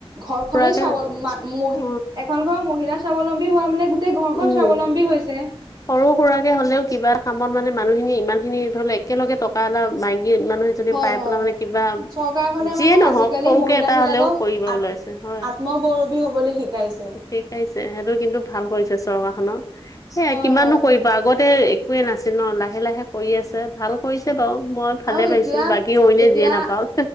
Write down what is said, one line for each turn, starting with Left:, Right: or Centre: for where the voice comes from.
Right: ঘৰখনেই
Left: সুৰাকে
Right: স্বাৱল মহ
Left: অ
Right: এখন ঘৰত মহিলা স্বাৱলম্বী হোৱা মানে গোটেই ঘৰখন
Left: উম,
Right: স্বাৱলম্বী হৈছে
Left: সৰু সুৰাকৰাকে হ'লেও কিবা কাম মানে মানুহখিনি ইমান খিনি ধৰি ল একেলগে টকা এটা বাইং মানুহ এজনী
Right: হয়
Left: পাই
Right: হয়
Left: পেলাই মানে
Right: হয়
Left: কিবা
Right: চৰকাৰখনে
Left: যিয়ে
Right: মানে
Left: নহওক
Right: আজিকালি
Left: সৰুকে
Right: মহিলা
Left: এটা
Right: বিলাকক
Left: হলেও কৰিব
Right: আত
Left: ওলাইছে হয়
Right: আত্মগৌৰৱী হবলৈ শিকাইছে।
Left: শিকাইছে সেইটো কিন্তু ভাল কৰিছে। চৰকাৰ খনৰ এ
Right: হয়
Left: কিমানো
Right: হয়।
Left: কৰিব আগতে একোৱে নাছিল ন লাহে লাহে কৰি আছে ভাল কৰিছে বাৰু। মই ভালে
Right: আৰু
Left: পাইছো
Right: এতিয়া,
Left: বাকী অইনে
Right: এতিয়া
Left: যিয়ে নাপাওক